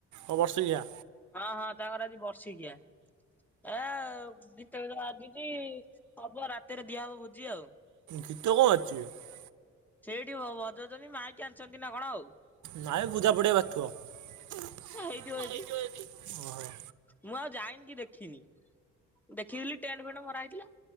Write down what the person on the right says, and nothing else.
ଓ ବର୍ଷିକିଆ?
ଗୀତ କଣ ବାଜୁଚି ବେ?
ନାଇ ପୂଜା ପଡିଆ ବାଜୁଥିବ। ଅ
ହ।